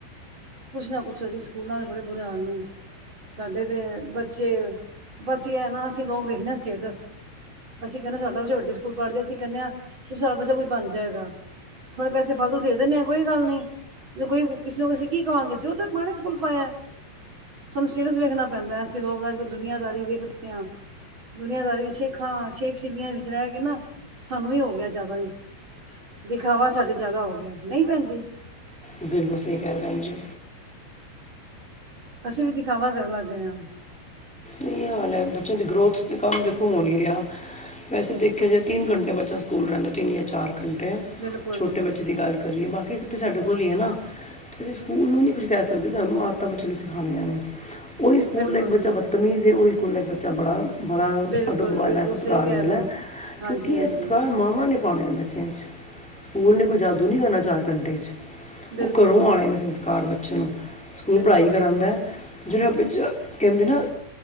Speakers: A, on the right (about 30°); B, in the centre.
A: ਕੁਛ ਨਾ ਪੁੱਛੋ ਜੀ ਸਕੂਲਾਂ ਦੇ ਬੜੇ ਬੁਰੇ ਹਾਲ ਨੇ। ਸਾਡੇ ਤੇ ਬੱਚੇ ਬਸ ਅਸੀਂ ਐਹ ਨਾ ਅਸੀਂ ਲੋਕ ਦੇਖਦੇ ਆ ਸਟੇਟਸ। ਅਸੀਂ ਕਹਿਨੇ ਆ ਸਾਡਾ ਬੱਚਾ ਵੱਡੇ ਸਕੂਲ ਪੜ ਜੇ ਅਸੀਂ ਕਹਿਨੇ ਆ ਸਾਡਾ ਬੱਚਾ ਕੁਛ ਬਣ ਜਾਏਗਾ। ਥੋੜੇ ਪੈਸੇ ਫਾਲਤੂ ਦੇ ਦਿੰਨੇ ਆ, ਕੋ ਈ ਗੱਲ ਨੀ, ਜੇ ਕੋਈ ਕਿਸੇ ਨੂੰ ਅਸੀ ਕੀ ਕਮਾਂਗੇ ਅਸੀ ਓ ਤਾਂ ਫਲਾਣੇ ਸਕੂਲ ਪਾਇਆ। ਸਾਨੂੰ ਸਟੇਟਸ ਵੇਖਣਾ ਪੈਂਦਾ। ਅਸੀਂ ਲੋਕ ਅੱਜ-ਕੱਲ ਦੁਨੀਆਦਾਰੀ ਵੇਖਦੇ ਆ। ਦੁਨੀਆਦਾਰੀ ਸ਼ੇਖਾਂ ਸ਼ੇਖ ਸ਼ਿੱਲੀਆਂ ਵਿੱਚ ਰਹਿ ਕੇ ਨਾ ਸਾਨੂੰ ਵੀ ਹੋ ਗਿਆ ਜ਼ਿਆਦਾ ਹੀ। ਦਿਖਾਵਾ ਸਾਡੇ ਜ਼ਿਆਦਾ ਹੋ ਗਿਆ, ਨ‌ਈ ਭੈਣ ਜੀ।
B: ਬਿਲਕੁਲ ਸਹੀ ਕਹਿ ਰੇ ਭੈਣ ਜੀ।
A: ਅਸੀਂ ਵੀ ਦਿਖਾਵਾ ਕਰਨ ਲੱਗ ਗਏ ਆ।
B: ਏਹੀ ਹਾਲ ਐ ਬੱਚਿਆਂ ਦੀ ਗਰੋਥ ਤੇ ਕੰਮ ਦੇਖੋ ਹੋ ਨੀ ਰਿਹਾ, ਵੈਸੇ ਦੇਖਿਆ ਜਾਏ ਤਿੰਨ ਘੰਟੇ ਬੱਚਾ ਸਕੂਲ ਰਹਿੰਦਾ ਤਿੰਨ ਯਾ ਚਾਰ ਘੰਟੇ ਆ
A: ਬਿਲਕੁਲ
B: ਛੋਟੇ ਬੱਚ ਚੇ ਦੀ ਗੱਲ ਕਰੀਏ ਬਾਕੀ ਕਿਥੇ ਸਾਡੇ ਕੋਲ ਈ ਐ ਨਾ। ਤੁਸੀਂ ਸਕੂਲ ਨੂੰ ਨੀ ਕੁਛ ਕਹਿ ਸਕਦੇ। ਸਾਨੂੰ ਆਦਤਾਂ ਬੱਚਿਆਂ ਨੂੰ ਸਿਖਾਣੀਆਂ ਨੇ। ਉਹ ਹੀ ਸਕੂਲ
A: ਬਿਲਕੁਲ
B: ਦਾ ਇੱਕ ਬੱਚਾ
A: ਬਿਲਕੁਲ
B: ਬਦਤਮੀਜ਼ ਹੈ, ਉਹਹੀ ਸਕੂਲ ਦਾ ਇੱਕ ਬੱਚਾ ਬੜਾ ਬੜਾ
A: ਬਿਲਕੁਲ
B: ਅਦੱਬ ਵਾਲਾ
A: ਬਿਲਕੁਲ
B: ਹੈ, ਸਤਿਕਾਰ
A: ਸਹੀ ਕਹਿ
B: ਵਾਲਾ
A: ਰਹੇ ਹੋ ਹਾਂਜੀ
B: ਕਿਉਂਕਿ
A: ਹਾਂਜੀ
B: ਇਹ ਸਤਿਕਾਰ ਮਾਵਾਂ ਨੇ ਪਾਣੇ ਨੇ ਬੱਚਿਆਂ ਵਿੱਚ ਸਕੂਲ ਨੇ ਕੋਈ ਜਾਦੂ ਨਹੀਂ ਕਰਨਾ ਚਾਰ ਘੰਟੇ 'ਚ।
A: ਬਿਲਕੁਲ
B: ਉਹ ਘਰੋਂ ਆਉਣੇ ਨੇ ਸੰਸਕਾਰ ਬੱਚੇ ਨੂੰ ਸਕੂਲ
A: ਬਿਲਕੁਲ
B: ਪੜ੍ਹਾਈ ਕਰਾਉਂਦਾ।
A: ਬਿਲਕੁਲ
B: ਜਿਹੜਾ ਬੱਚਾ ਕਹਿੰਦੇ ਨਾ